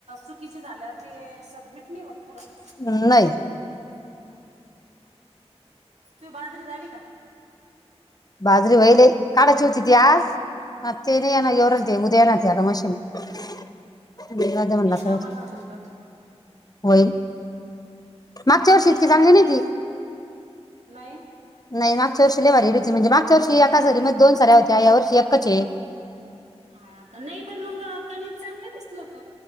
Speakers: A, on the right (about 85°); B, on the left (about 35°).
A: चुकीचे झाल्यावर ते सबमिट नाही होत पुढ <unintelligible>
B: तो नाही
A: हम्म तू ही बाजरी झाली का?
B: बाजरी व्हयले काढायची होती ती आज ते नाही येणार येऊ राहिले ते उद्या येणार ये ते मशीन जाऊ द्या म्हणल आता
A: दहा पंधरा क्विंटल
B: होईल. मागच्या
A: हा का
B: वर्षी
A: नाही
B: इतकी
A: बा
B: चांगली नाही ती
A: नाही
B: नाही मागच्या वर्षी लय भारी येईल होती. मागच्या वर्षी एका सरी मध्ये दोन साऱ्या होत्या यावर्षी वर्षी एकाच
A: हा का नाही पण मग कनिक चांगलं दिसल होत.